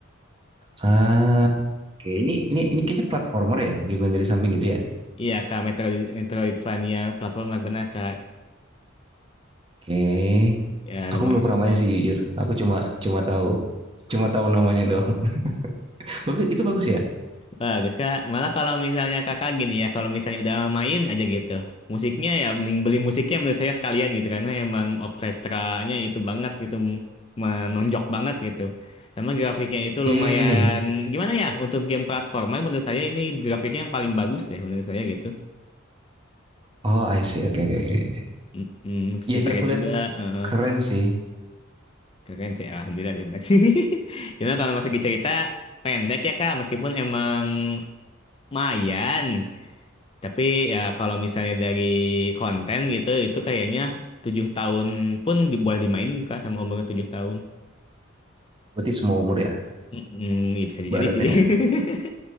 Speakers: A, on the right (about 25°); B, on the left (about 25°).
A: Ah, oke. Ini ini ini kayaknya platformer ya, game yang dari samping gitu ya.
B: Iya Kak, Metroid, Metroidvania platformer benar Kak.
A: Oke.
B: Ya, lumayan
A: Aku belum pernah main
B: lah.
A: sih jujur. Aku cuma cuma tahu cuma tahu namanya doang. <laughs> Bagus, itu bagus ya?
B: Bagus kak. Malah kalau misalnya kakak gini ya, kalau misalnya udah main aja gitu, musiknya ya mending beli musiknya menurut saya sekalian gitu karena emang orkestranya itu banget gitu menonjok banget gitu. Sama grafiknya itu
A: Oke.
B: lumayan gimana ya untuk game platformer menurut saya ini grafiknya yang paling bagus deh menurut saya gitu.
A: Oh, I see. Oke, oke, oke.
B: Mm-mm, ceritanya
A: Iya sih aku lihat
B: juga eh, eh,
A: keren sih.
B: keren sih, alhamdulillah sih benar sih. <laughs> Cuma kalau masih cerita pendek ya kak, meskipun emang lumayan Tapi ya kalau misalnya dari konten gitu, itu kayaknya tujuh tahun pun di- boleh dimainin Kak sama umur tujuh tahun.
A: Berarti semua umur ya,
B: Mm-mm, ya bisa jadi
A: baratnya.
B: sih. <laughs>